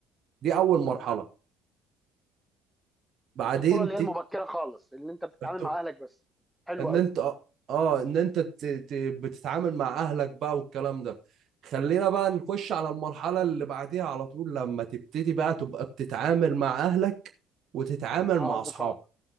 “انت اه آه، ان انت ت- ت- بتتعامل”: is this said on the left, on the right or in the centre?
Right